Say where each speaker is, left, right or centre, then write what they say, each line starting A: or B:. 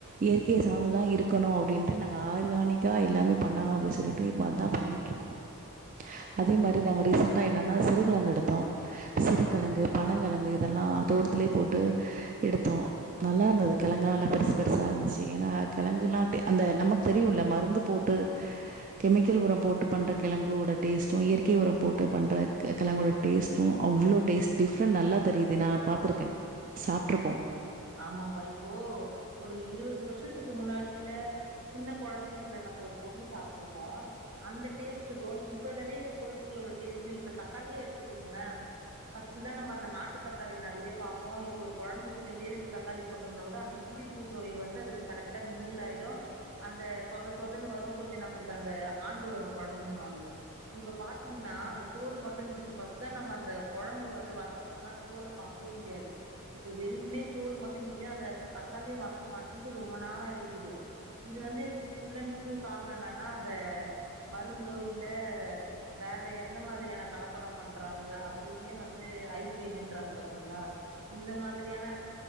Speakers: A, on the right; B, on the right.
A: இயற்கைய சார்ந்துதா இருக்கணு அப்டின்ட்டு நாங்க ஆர்கானிக் நிகா எல்லாமே பண்ணணு அப்படி சொல்லிட்டு இப்ப அதா பண்ணிக்கிட்டு இருக்கோ அதே
B: ம்
A: மாரி நாங்க ரீசன் டா என்னன்னா சிறுகெழங்கு எடுத்தோ சிறுகெழங்கு பனங்கெழங்கு இதல்லா தோட்டத்துலயே போட்டு எடுத்தோ நல்லா இருந்தது கெழங்குலா நல்லா பெருசு பெருசா இருந்துச்சு ஏன்னா கெழங்குலா டே அந்த நமக்கு தெரியுல மருந்து போட்டு கெமிக்கல் உரம் போட்டு பண்ற கெழங்கோட டேஸ்டு இயற்கை உரம் போட் பண்ற கெழங்கோட டேஸ்ட்டு அவ்ளோ டேஸ்ட் டிஃப்ரெண்ட் நல்லா தெரியுது நா பாத்திருக்கே சாப்ட்டுருக்கோ
B: ஆமா பா இப்போ ஒரு இருவது வருஷத் துக்கு முன்னாடியில சின்ன கொழந்தைங்கல நம்ம ஒரு பொருளு சாப்ட்டு இருப்போ அந்த டேஸ்டுக்கு இப்ப வெளையற பொருட்களோட டேஸ்டு இப்ப தக்காளியே எடுத்துக்குங்கள ஃபஸ்டுந்த நம்ம அந்த நாட்டு தக்காளி நெறய பாப்போ இப்ப ஒரு கொழம்புக்கு ரெண்டே ரெண்டு தக்காளி போட்டோம்னா கூட அந்த புளிப்பு சொவைய் வந்து அதுக்கு கரெக்டா மிங்கிள் ஆயிடு அந்த சொத சொதன்னு வரு கொஞ்ச நம்மளுக்கு அந்த ஆண்டு வரும் கொழம்புன்னுவாங்க இப்ப பாத்தீங்ன்னா அந்த தோல் மட்டு நிக்கிது ஃபர்ஸ்ட்லா நம்ம அந்த கொழம்பு வந்து வதக்குணோனா அந்த தோல வே முடியாது இப்ப வெறும்னே தோல் மட்டு நிக்குது அந்த தக்காளியு வதங்க மாட்டாங்து ரொம்ப நேர எடுக்குது இது வந்து ஃபுல் அண்ட் ஃபுல் காரண என்னன்னா அந்த மருந்தோ இல்ல வே வேற எந்த மாதிரியான கலப்பட பண்றாங்க அதுலயுமே வந்து ஐபிரடுன்றாங்க பாத்தீங்களா இந்த மாதிரியான